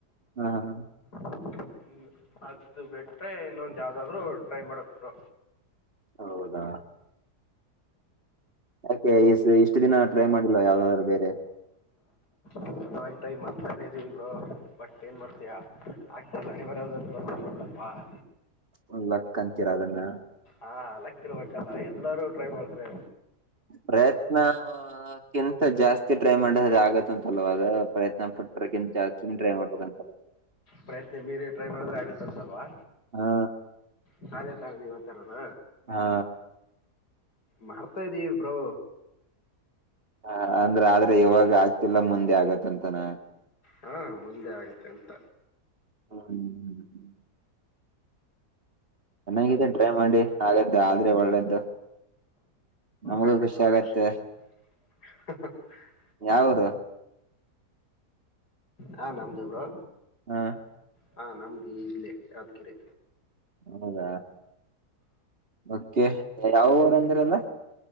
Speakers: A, on the right; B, on the left.
A: ಹಾ ಹ
B: ಹ್ಮ ಅದು ಬೆಟ್ರೆ ಇನ್ನೊಂದ ಯಾವ್ದಾದ್ರು ಟ್ರೈ ಮಾಡಬೇಕು.
A: ಹೌದಾ ಯಾಕೆ ಇಷ್ಟು ದಿನ ಟ್ರೈ ಮಾಡಿಲ್ಲ ಯಾವ್ದಾದ್ರು ಬೇರೆ
B: ಸತತವಾಗಿ ಟ್ರೈ ಮಾಡ್ತಾನೇ ಇದ್ದೀವಿ ಬ್ರೋ ಬಟ್ ಏನ್ ಮಾಡ್ತಯಾ ಆಗ್ತ ಇಲ್ಲ ಹಣೆ ಬರಹದಲ್ಲಿ ಬರದಿರಬೇಕ ಅಲ್ವಾ <inaudible>
A: ಒಂದ ಲಕ್ಕ ಅಂತೀರಾ ಅದನ್ನ.
B: ಹಾ ಲಕ್ಕ ಇರ್ಬೇಕಲ್ಲ ಎಲ್ಲರೂ ಟ್ರೈ ಮಾಡ್ತಾರೆ.
A: ಪ್ರಯತ್ನ ಕಿಂತ ಜಾಸ್ತಿ ಟ್ರೈ ಮಾಡಿದ್ರೆ ಆಗತ್ತಂತಲ್ವ ಅದ ಪ್ರಯತ್ನ ಪಟ್ಟರಿಗೆ <unintelligible> ಮಾಡ
B: ಪ್ರಯತ್ನ ಮೀರಿ ಟ್ರೈ ಮಾಡಿದ್ರೆ ಆಗುತ್ತ ಅಂತಲ್ವಾ
A: ಹಾ
B: <unintelligible> ತಾವ ನೀವ ಹತ್ತರಮ್ಮ
A: ಹಾ
B: ಮಾಡ್ತಾ ಇದ್ದೀವಿ ಬ್ರೋ
A: ಹ ಅಂದ್ರ ಆದ್ರೆ ಇವಾಗ ಆಗ್ತಿಲ್ಲ ಮುಂದೆ ಆಗತ್ತಂತನ
B: ಹಾಂ ಮುಂದೆ ಆಗುತ್ತೆ ಅಂತ
A: ಹ ಹ್ಮ್ ಹ್ಮ ಹ್ಮ ಹ್ಮ ಚೆನ್ನಾಗಿದೆ ಟ್ರೈ ಮಾಡಿ ಹಾಗದ್ದು ಆದ್ರೆ ಒಳ್ಳೇದ್ದು. ನಮಗೂ
B: ಆಗಲಿ
A: ಖುಷಿ
B: ಬ್ರೋ
A: ಆಗತ್ತೆ.
B: ಆಗಲಿ <inaudible>
A: ಯಾವರು
B: ಹಾ ನಮ್ದ ಬ್ರೋ
A: ಹಾ
B: ಹಾ ನಮ್ಮದ ಇಗಲೇ ಯಾದಗಿರೆ
A: ಹೌದಾ ಓಕೆ ಯಾವ ಊರ ಅಂದರಿ ಅಲ್ಲ